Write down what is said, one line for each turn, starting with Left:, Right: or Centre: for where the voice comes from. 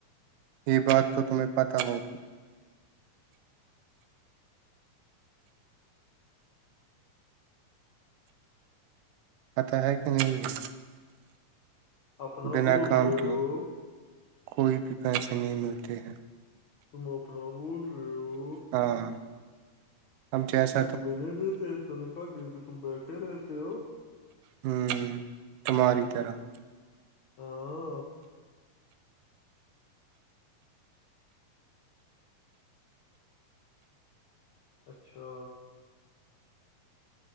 Right: یہ بات تو تمہیں پتتا ہوگی پتاہ ہے کہ نہیں ہے
Left: اپنا
Right: بنا
Left: بول
Right: کام
Left: رہے
Right: کے
Left: ہو
Right: کوئی بھی پیسے نہیں ملتے ہیں
Left: تم اپنا بول رہے ہو
Right: ہاں ہمچ ای س
Left: تم نہیں دیتے تنکھاہ کی کہ تم بیٹھے رہےتے ہو
Right: ہوں تماری طرح
Left: ہاں اچھا